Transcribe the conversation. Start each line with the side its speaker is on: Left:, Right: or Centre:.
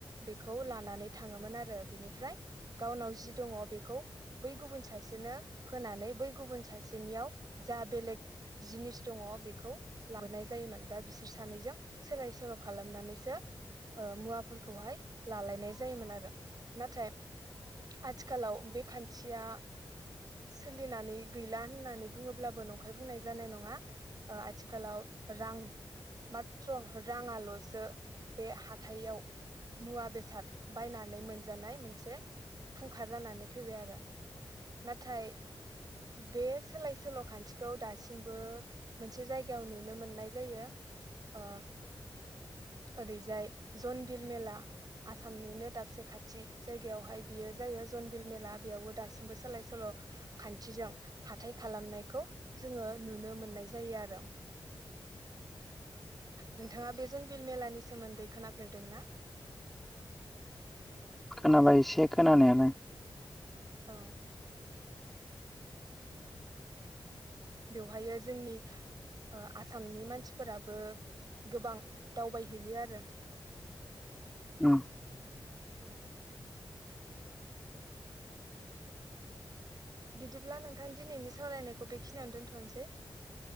Right: बेखौ लानानै थाङोमोन आरो बिनिफ्राय गावनाव जि दङ बेखौ बै गुबुन सासेनो होनानै बै गुबुन सासेनियाव जा बेलेग जिनिस दङ बेखौ लाबोनाय जायोमोन दा बिसोर सानैजों सोलाय सोल' खालामनानैसो ओ मुवाफोरखौहाय लालायनाय जायोमोन आरो नाथाय आथिखालाव बे खान्थिया सोलिनानै गैला होननानै बुङोब्लाबो नंखाय बुंनाय जानाय नङा ओ आथिखालाव रां माथथ्र' राङाल' सो बे हाथायाव मुवा बेसाद बायनानै मोनजानाय मोनसे फुंखा जानानै फैबाय आरो ना थाय बे सोलाय सोल' खान्थिखौ दासिमबो मोनसे जायगायाव नुनो मोननाय जायो ओ ओरै जाय जनबिल मेला आसामनिनो दाबसे खाथि जायगायावहाय बियो जायो जनबिल मेला बेयावबो दासिमबो सोलाय सोल' खान्थिजों हाथाइ खालामनायखौ जोङो नुनो मोननाय जायो आरो नोंथाङा बे जन बिल मेलानि सोमोन्दै खोनाफेरदोंना?
Centre: खोनाबाय एसे खोनानायालाय
Right: औ बेवहायो जोंनि ओ आसामनि मानसिफोराबो गोबां दावबायहैयो आरो
Centre: उम
Right: उम । बिदिब्ला नोंथां दिनैनि सावरायनायखौ बेखिनियावानो दोन्थ'नोसै ।